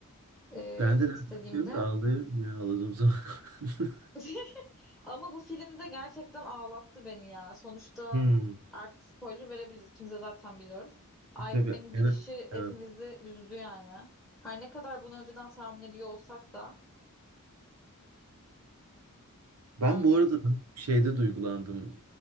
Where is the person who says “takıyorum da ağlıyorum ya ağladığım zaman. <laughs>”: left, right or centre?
Right